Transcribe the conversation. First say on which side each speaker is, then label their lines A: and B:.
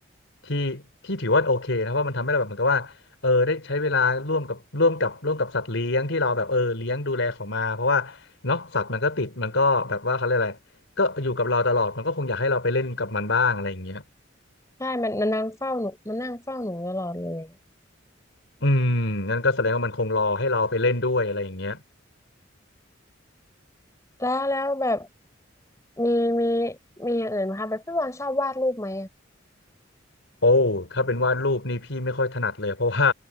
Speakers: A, on the left; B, on the left.
A: ที่ที่ถือว่าโอเคนะเพราะมันทำให้เราแบบเหมือนกับว่าเออได้ใช้เวลาร่วมกับร่วมกับร่วมกับสัตว์เลี้ยงที่เราแบบเออเลี้ยงดูแลเขามาเพราะว่าเนาะสัตว์มันก็ติดมันก็แบบว่าเขาเรียกอะไร ก็อยู่กับเราตลอดมันก็คงอยากให้เราไปเล่นกับมันบ้างอะไรอย่างเงี้ย
B: ใช่มันมันนั่งเฝ้าหนูมันนั่งเฝ้าหนูตลอดเลย
A: อืมงั้นก็แสดงว่ามันคงรอให้เราไปเล่นด้วยอะไรอย่างเงี้ย
B: <laughs> แล้วแล้วแบบมีมีมีอย่างอื่นไหมคะแบบพี่บอลชอบวาดรูปไหม
A: โอ้ถ้าเป็นวาดรูปนี่พี่ไม่ค่อยถนัดเลยเพราะว่า